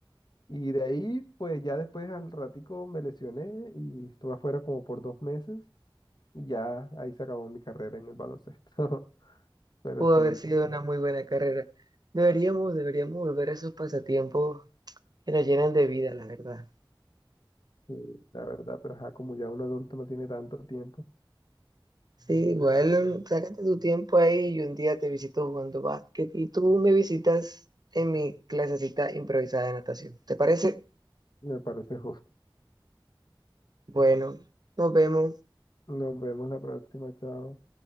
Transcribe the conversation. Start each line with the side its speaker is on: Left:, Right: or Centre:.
Left: Y de ahí, pues ya después al ratico me lesioné y estuve afuera como por dos meses y ya ahí se acabó mi carrera en el baloncesto. <laughs> Pero
Right: pudo
Left: sí,
Right: haber sido una muy buena carrera. Deberíamos, deberíamos volver a esos pasatiempos que nos llenan de vida, la verdad.
Left: sí, la verdad, pero ajá, como ya un adulto no tiene tanto tiempo,
Right: Sí, igual, sácate tu tiempo ahí y un día te visito jugando básquet y tú me visitas en mi clasecita improvisada de natación. ¿Te parece?
Left: me parece justo.
Right: Bueno, nos vemos.
Left: Nos vemos la próxima, chao.